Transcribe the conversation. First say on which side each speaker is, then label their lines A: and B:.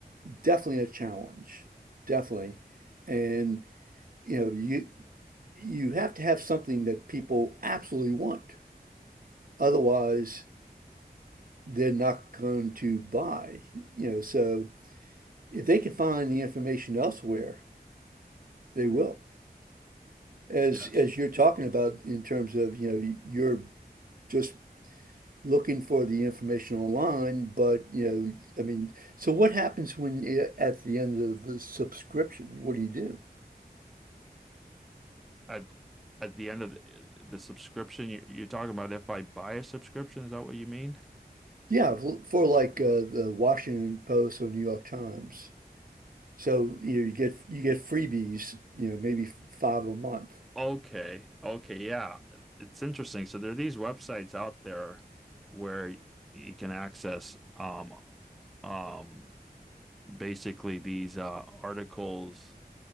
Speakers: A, on the right; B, in the centre.
A: definitely a challenge, definitely. And, you know, you you have to have something that people absolutely want. Otherwise, they're not going to buy. You know, so if they can find the information elsewhere, they will. As
B: Yes.
A: as you're talking about in terms of, you know, you're just looking for the information online, but you know, I mean, so what happens when uh, at the end of the subscription? What do you do?
B: At at the end of the, the subscription, you, you're talking about if I buy a subscription, is that what you mean?
A: Yeah, for for like uh, the Washington Post or New York Times. So, you know, you get you get freebies, you know, maybe five a month.
B: Okay. Okay. Yeah. It's interesting. So there are these websites out there where you can access um um basically these uh articles